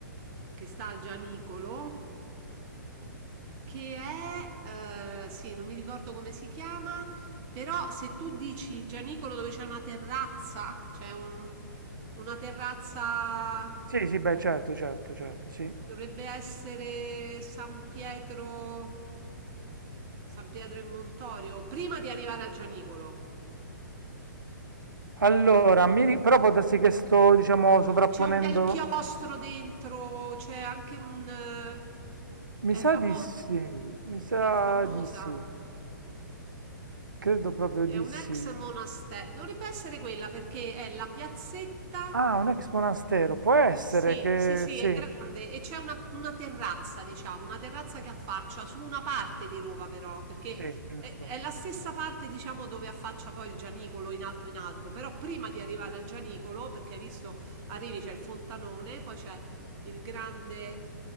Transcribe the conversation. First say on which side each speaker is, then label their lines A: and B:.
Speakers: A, on the right; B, on the right.
A: che sta al Gianicolo, che è, eh, sì, non mi ricordo come si chiama, però se tu dici Gianicolo dove c'è una terrazza, c'è un- una terrazza,
B: Sì, sì, beh, certo, certo, certo, sì.
A: dovrebbe essere San Pietro, San Pietro in Montorio, prima di arrivare al Gianicolo.
B: Allora, mi ri- però può darsi che sto, diciamo, sovrapponendo.
A: C'è un bel chiostro dentro, c'è anche un... eh,
B: Mi
A: È
B: sa
A: famos-
B: di sì, mi sa
A: è famosa,
B: di sì, credo proprio
A: è
B: di
A: un
B: sì.
A: ex monastero. Dovrebbe essere quella perché è la piazzetta
B: Ah, un ex monastero, può essere
A: Sì,
B: che
A: sì, sì,
B: sì,
A: è grande e c'è una, una terrazza, diciamo, una terrazza che affaccia su una parte di Roma però, perché
B: sì, giusto.
A: è, è la stessa parte, diciamo, dove affaccia poi il Gianicolo in alto in alto, però prima di arrivare al Gianicolo, perché hai visto, arrivi c'è il fontanone, poi c'è il grande,